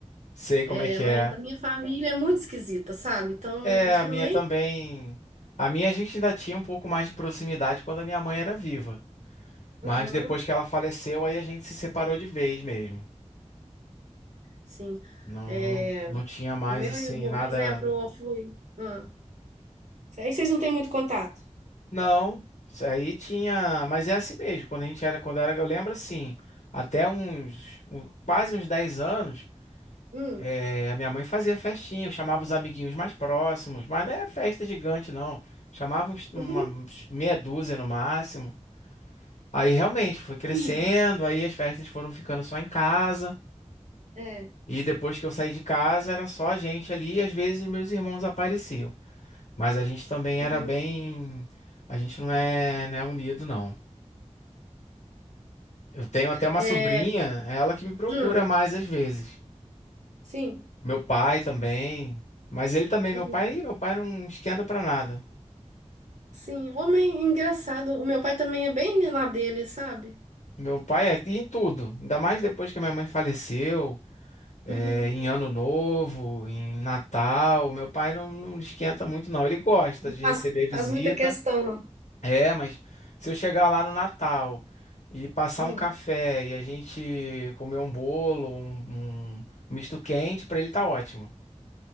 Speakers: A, on the left (about 75°); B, on the right (about 75°).
A: sei como
B: É,
A: é que
B: mas
A: é.
B: a minha família é muito esquisita, sabe? Então
A: É,
B: eu prefiro
A: a minha
B: nem
A: também. A minha a gente ainda tinha um pouco mais de proximidade quando a minha mãe era viva. Mas
B: Aham,
A: depois que ela faleceu, aí a gente se separou de vez mesmo.
B: sim.
A: Não,
B: É,
A: não tinha mais
B: o meu
A: assim
B: irmão,
A: nada.
B: por exemplo, eu fui. Ah, Aí vocês não têm muito contato.
A: Não, isso aí tinha, mas é assim mesmo. Quando a gente era, quando eu era, eu lembro assim, até uns, um- quase uns 10 anos,
B: hum,
A: é, a minha mãe fazia festinha, eu chamava os amiguinhos mais próximos, mas não é festa gigante não. Chamava uns, uma,
B: uhum,
A: uns meia dúzia no máximo. Aí realmente foi crescendo,
B: sim.
A: aí as festas foram ficando só em casa,
B: É,
A: e depois que eu saí de casa era só a gente ali, e às vezes os meus irmãos apareciam. Mas a gente também
B: uhum.
A: era bem. A gente não é, não é unido, não. Eu tenho até uma
B: É,
A: sobrinha, ela que me procura
B: hum,
A: mais às vezes.
B: sim.
A: Meu pai também. Mas ele também,
B: Uhum,
A: meu pai, ih, meu pai não esquenta pra nada.
B: sim. Homem engraçado. O meu pai também é bem na dele, sabe?
A: Meu pai é em tudo. Ainda mais depois que a minha mãe faleceu, é,
B: Uhum,
A: em Ano Novo, em Natal. Meu pai não, não esquenta muito, não. Ele gosta de
B: Faz,
A: receber
B: faz
A: visita.
B: muita questão, não.
A: É, mas se eu chegar lá no Natal e passar
B: hum.
A: um café e a gente comer um bolo, um, um misto quente, pra ele tá ótimo.